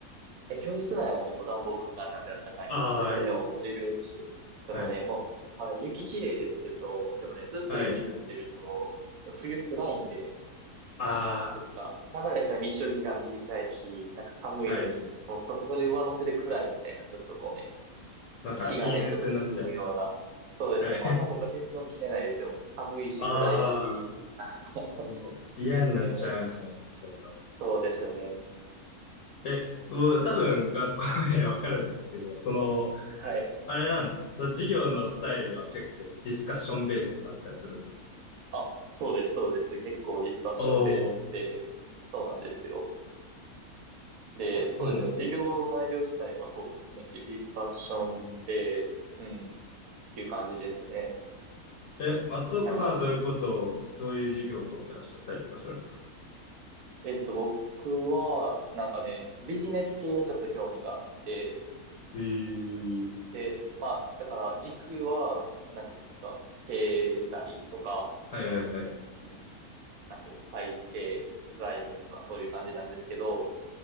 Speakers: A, on the right; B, on the left.
A: え、教室内はね、もう暖房ガンガンなんであったかいんですけど、
B: ああ、いいですね。
A: でももう授業中、
B: それは。
A: でもね、
B: はい。
A: もう、まあでも雪綺麗ですけど、でもね、ずっと雪降ってると、
B: はい。
A: 冬暗いんで、
B: あ
A: なんていうんですか、ただでさえ日照時間短いし、なんか寒いのに、
B: あ、はいはいはい。
A: もうそ、それ上乗せで暗いみたいな、ちょっとこうね、
B: なんか陰鬱になっちゃいますよね。
A: 日がね、ちょっと沈むような、そうですね、
B: はい。
A: もう朝とか全然起きれないですよ。もう寒いし暗いし、
B: <laughs> あ
A: なんか
B: あ、もう嫌になっちゃいますよね、
A: ね、
B: そんなの。
A: そうですね。
B: え、もう多分学校名わかるんですけど、その、
A: はい。
B: あれなんですかその授業のスタイルは結構ディスカッションベースとかあったりするんですか
A: あ、そうです、そうです。結構ディスカッションベースで、
B: ああ、そ
A: そうなんですよ。で、そうですね。
B: うなんですね。
A: 授業の内容自体はそうですね。ディスカッションで、うん、っていう感じですね。
B: え、松岡さんはどういうことを、
A: なんか、
B: どういう授業を取ってらっしゃったりとかするんですか
A: えっと、僕は、なんかね、ビジネス系にちょっと興味があって、
B: へえー。
A: で、まあ、だから軸は、なんていうんですか、経済とか、
B: はいはいはい。
A: うん、なんていうの、会計、財務とか、そういう感じなんですけど、